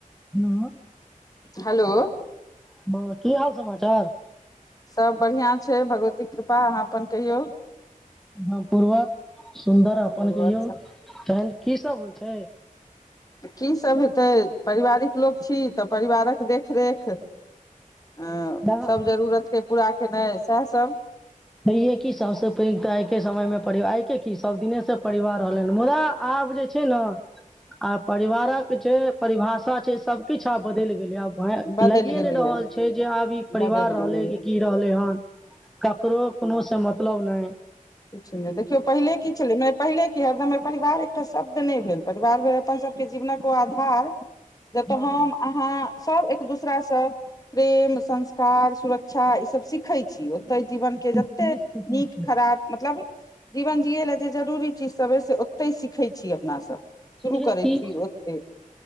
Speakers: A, in the centre; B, on the left.
A: <unintelligible>
B: Hello
A: माँ की हाल समाचार
B: सब बढ़िआँ छै भगवती कृपा अहाँ अपन कहियौ?
A: हँ पूर्वज सुन्दर अपन
B: और
A: कहियौ
B: सब
A: तहन की सब होइ छै?
B: की सभ हेतै पारिवारिक लोक छी तऽ परिवारक देखरेख हऽ
A: दा-
B: सभ जरूरत केँ पूरा केनाइ सेह सभ
A: छहै की सबसे पैघ तऽ आइ केँ समय में परिवार आइकेँ की सभ दिने सँ परिवार रहलै ह मुदा आब जे छै न
B: <inaudible>
A: आ परिवारक जे परिभाषा छै। सभ किछ आब बदैल गेलै आब भै
B: बदलि
A: लागै
B: गेलैए
A: नै रहल छै जे आब ई परिवार
B: बदलि
A: रहले
B: गेलैए
A: कि की रहले हन। ककरो कोनो से मतलब नै
B: किछ नै देखियौ पहिले की छलै न पहिने की हरदम परिवार एकटा शब्द नै भेल परिवार भेल अपन सभ केँ जीवनक ओ आधार। ज तऽ
A: हँ
B: हम
A: हँ
B: अहाँ सभ एक-दोसरासँ प्रेम संस्कार सुरक्षा ई सभ सीखै छी ओतै जीवन केँ जते
A: निश्चित निश्चित
B: नीक खराब मतलब जीवन जियै लए जे जरूरी चीजसभ अइ से ओतै सीखै छी अपना सभ। शुरू
A: छैहे
B: करै
A: की
B: छी ओते